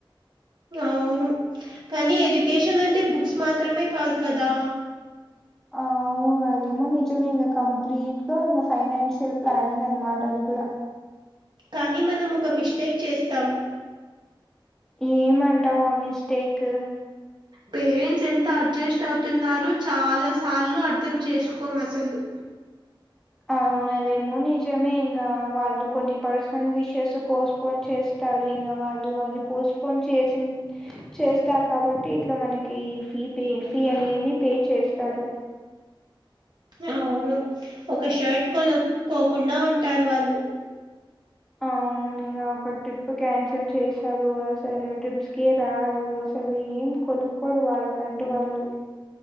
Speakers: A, on the right; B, in the centre.
A: అవును కాని ఎడ్యుకేషనంటే బుక్స్ మాత్రమే కాదు కదా
B: అవు అదేమో నిజమే, ఇక కంప్లీట్గా ఇక ఫైనాన్షియల్ ప్లానింగ్ అనమాట అది కూడా
A: కానీ మనం ఒక మిస్టేక్ చేస్తాం.
B: ఏమంటావు ఆ మిస్టేక్?
A: పేరెంట్స్ ఎంత అడ్జస్ట్ అవుతున్నారు చాలా సార్లు అర్థం చేసుకోం అసలు
B: అవునదేమో నిజమే ఇంకా వాళ్ళు కొన్ని పర్సనల్ విషెస్ పోస్ పోన్ చేస్తారు ఇంకా వాళ్ళు అది పోస్ట్పోన్ చేసిన్ చేస్తారు కాబట్టి ఇట్లా మనకి ఫీ పే ఫీ అనేది పే చేస్తారు.
A: అవును ఒక షర్ట్ కొనుక్కోకుండా ఉంటారు వాళ్ళు
B: అవును ఇంగ ఒక ట్రిప్ క్యాన్సిల్ చేశారు అసలు ట్రిప్స్ కే రారు అసలు ఏం కొనుక్కోరు వాళ్ళకంటూ వాళ్ళు